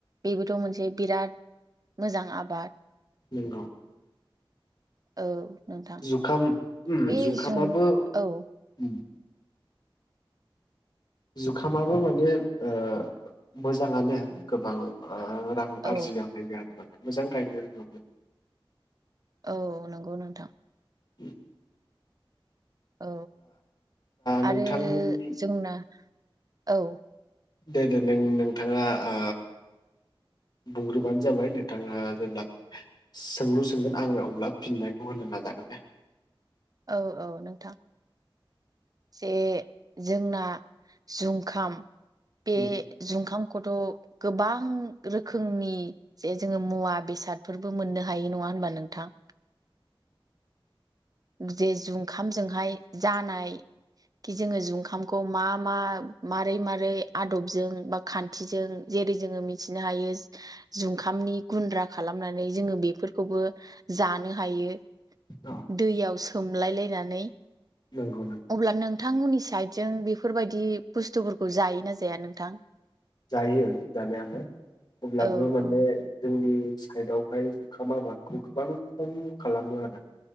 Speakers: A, on the right; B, on the left.
A: बेबोथ' मोनसे बिराद मोजां आबाद
B: नोंगौ
A: औ नोंथां
B: जुखाम उम
A: बे
B: जुखामाबो
A: जुं औ।
B: उम जुखामाबो माने ओ मोजाङानो गोबां ओ रां
A: औ
B: आरजिनो हायो आरो माने मोजां गायनो रोङोब्ला।
A: औ नंगौ नोंथां।
B: उ
A: औ
B: नोंथांमोननि
A: आरो जोंना औ।
B: दे दे नों नोंथाङा ओ बुंग्रोबानो जाबाय नोंथाङा जेब्ला सोंलु सोंगोन आङो अब्ला फिन्नायखौ होन् नो नाजागोन दे।
A: औ औ नोंथां। जे जोंना जुंखाम बे
B: उम।
A: जुंखाम खौथ' गोबां रोखोमनि जे जोङो मुवा बेसादफोर बो मोननो हायो नङा होनबा नोंथां? जे जुखामजोंहाय जानाय खि जोङो जुखामखौ मा मा मारै मारै आदबजों बा खान्थिजों जेरै जोङो मिथिनो हायो जुंखामनि गुन्द्रा खालामनानै जोङो बेफोरखौबो जानो हायो
B: <unintelligible>
A: दैयाव सोमलायलायनानै
B: नोंगौ
A: अब्ला नोंथांमोननि साइदजों बेफोरबायदि बुस्थुफोरखौ जायोना जाया नोंथां?
B: जायो जानायालाय अब्लाबो
A: औ औ
B: माने जोंनि साइदआवहाय जुखाम आबादखौ गोबां खम खालामो आरो